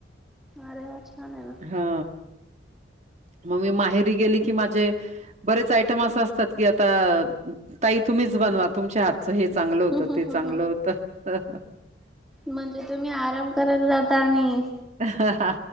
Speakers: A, in the centre; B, on the right.
A: अरे वा छान आहे ना
B: ह मग मी माहेरी गेली कि माझे बरेच आयटम अस असतात की आता ताई तुम्हीच बनवा तुमच्या हात तुमचं हे चांगलं होत
A: हम्म हम्म
B: ते चांगलं
A: हम्म
B: होत. हहह.
A: म्हणजे तुम्ही आराम करायला जाता आणि.
B: अह हाहा